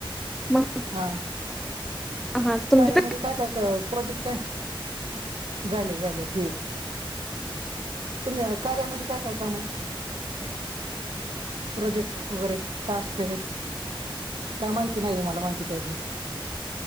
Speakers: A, in the centre; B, on the right (about 65°).
A: मग
B: हा.
A: हा तुमची
B: कार्यामध्ये काय काय प्रोजेक्ट काय झायले झालेती. तुम्ही कार्यामध्ये काय काय कामाय? प्रोजेक्ट वगैरे टास्क हे काय माहिती नाहिये मला माहिती त्यातली.